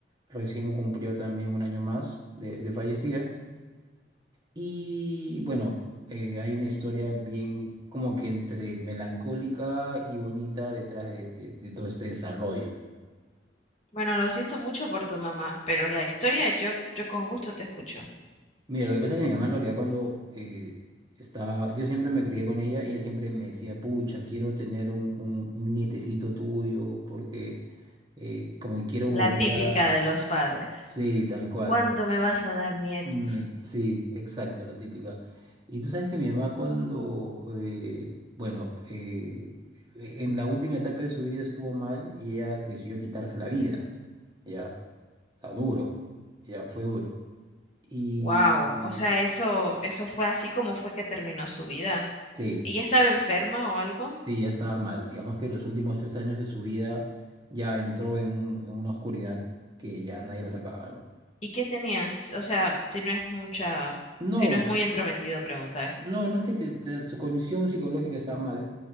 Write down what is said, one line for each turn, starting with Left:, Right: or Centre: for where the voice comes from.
Right: recién cumplió también un año más de, de fallecida. Y bueno, eh, hay una historia bien como que entre melancólica y bonita detrás de, de- de todo este desarrollo.
Left: Bueno, lo siento mucho por tu mamá, pero la historia yo, yo con gusto te escucho.
Right: Mira, lo que pasa es que mi mamá en realidad cuando eh, estaba, yo siempre me crié con ella, ella siempre me decía, pucha, quiero tener un, un, un nietecito tuyo porque eh, como que quiero
Left: La
Right: volver
Left: típica
Right: a...
Left: de los padres.
Right: Sí, tal cual.
Left: ¿Cuánto me vas a dar nietos?
Right: Ne- Sí, exacto, la típica. Y tú sabes que mi mamá cuando, eh, bueno, eh, e, en la última etapa de su vida estuvo mal y ella decidió quitarse la vida, ya, o sea, duro, ya fue duro. Y
Left: Wow,
Right: y
Left: o sea, eso, eso fue así como fue que terminó su vida.
Right: sí,
Left: ¿Y ya estaba enferma o algo?
Right: sí, ya estaba mal. Digamos que los últimos tres años de su vida ya entró en, un- en una oscuridad que ya nadie la sacaba, ¿no?
Left: ¿Y qué tenía? S- O sea, si no es mucha,
Right: No,
Left: si no es muy entrometido preguntar.
Right: no, no es que te- te- su condición psicológica estaba mal,